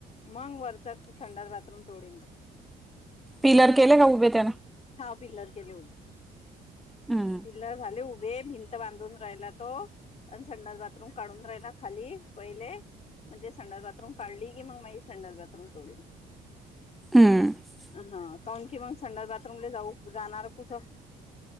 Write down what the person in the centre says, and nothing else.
पिलर केले का उभे त्यान?
हम्म
हम्म